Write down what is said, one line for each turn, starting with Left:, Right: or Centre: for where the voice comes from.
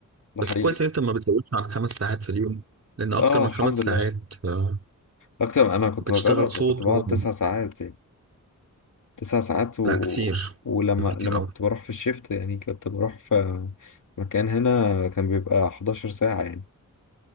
Left: ده
Right: بس
Left: حقيقي
Right: كويس إن أنت ما بتزودش عن خمس ساعات في اليوم لأن أكتر
Left: اه
Right: من
Left: الحمد
Right: خمس ساعات
Left: لله
Right: آه،
Left: أكتر أنا كنت
Right: بتشتغل
Left: بجرب وكنت
Right: صوت
Left: بقعد
Right: و...
Left: تسع ساعات يعني. تسع ساعات و...
Right: لا كتير
Left: ولما لما
Right: كتير أوي
Left: كنت بروح في الشيفت يعني كنت بروح في مكان هنا كان بيبقى 11 ساعة يعني